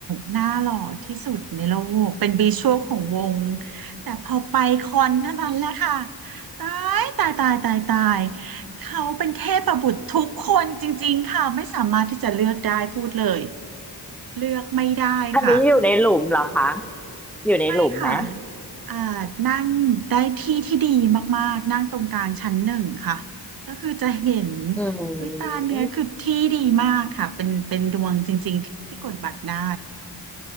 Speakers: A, on the right; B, in the centre.
A: หน้าหล่อที่สุดในโลกเป็นวิชวลของวงแต่พอไปคอนเท่านั้นแหละค่ะตายตายตายตายตายเขาเป็นเทพบุตรทุกคนจริงๆค่ะไม่สามารถที่จะเลือกได้พูดเลยเลือกไม่ได้ค่ะ
B: อันนี้อยู่ในหลุมเหรอคะอยู่ในหลุมไหม
A: ไม่ค่ะอ่านั่งได้ที่ที่ดีมากๆนั่งตรงกลางชั้นหนึ่งค่ะก็คือจะเห็น
B: อืม
A: ด้วยตาเนื้อคือที่ดีมากค่ะเป็นเป็นดวงจริงๆที่กดบัตรได้